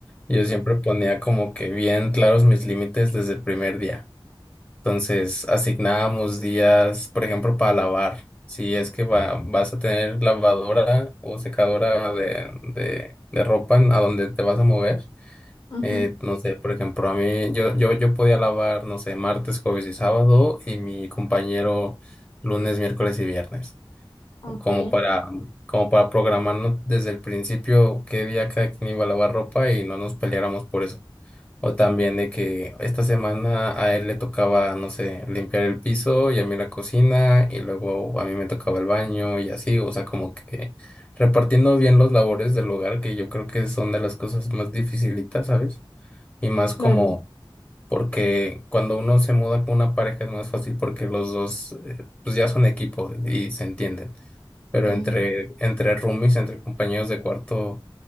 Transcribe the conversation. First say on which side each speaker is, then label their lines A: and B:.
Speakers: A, on the left; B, on the left.
A: Yo siempre ponía como que bien claros mis límites desde el primer día. Entonces, asignábamos días, por ejemplo, para lavar. Si es que va- vas a tener lavadora o secadora de, de, de ropa a donde te vas a mover.
B: Ujú,
A: eh,
B: ujú,
A: no sé, por ejemplo, a mí, yo, yo, yo podía lavar, no sé, martes, jueves y sábado, y mi compañero lunes, miércoles y viernes.
B: ok,
A: Como para, como para programarnos desde el principio qué día cada quien iba a lavar ropa y no nos peleáramos por eso. O también de que esta semana a él le tocaba, no sé, limpiar el piso y a mí la cocina y luego a mí me tocaba el baño y así, o sea, como que repartiendo bien los labores del hogar, que yo creo que son de las cosas más dificilitas, ¿sabes? Y más
B: claro,
A: como porque cuando uno se muda con una pareja es más fácil porque los dos eh, pues ya son equipo y se entienden. Pero
B: sí,
A: entre, entre roomies, entre compañeros de cuarto,